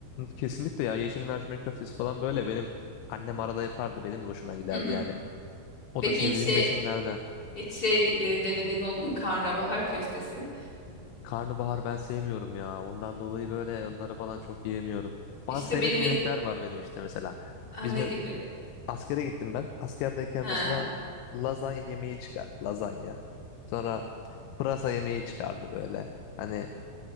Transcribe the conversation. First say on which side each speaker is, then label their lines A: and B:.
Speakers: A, on the left (about 85°); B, on the left (about 25°).
A: kesinlikle ya yeşil mercimek köftesi falan böyle benim annem arada yapardı benim de hoşuma giderdi
B: Hı hı.
A: yani. O
B: Peki
A: da sevdiğim
B: hiç şey
A: besinlerden.
B: hiç şey e, denediğin oldu mu? Karnabahar köftesi.
A: Karnabahar ben sevmiyorum ya. Ondan dolayı böyle onları falan çok yiyemiyorum. Bazı
B: İşte
A: sevmediğim
B: benim e-
A: yemekler var benim işte mesela.
B: ha,
A: Bizim
B: ne gibi?
A: askere gittim ben. Askerdeyken
B: Ha.
A: mesela lazanya yemeği çıkardı. Lazanya. Sonra pırasa yemeği çıkardı böyle. Hani